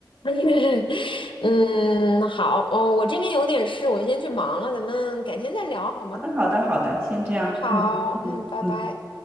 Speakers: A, on the left; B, on the right.
A: <laughs> 嗯，好，哦，我这边有点事，我先去忙了，咱们改天再聊好吗？
B: 好的，好的，好的，先这样，
A: 嗯，好，
B: 嗯嗯嗯。
A: 嗯，拜拜。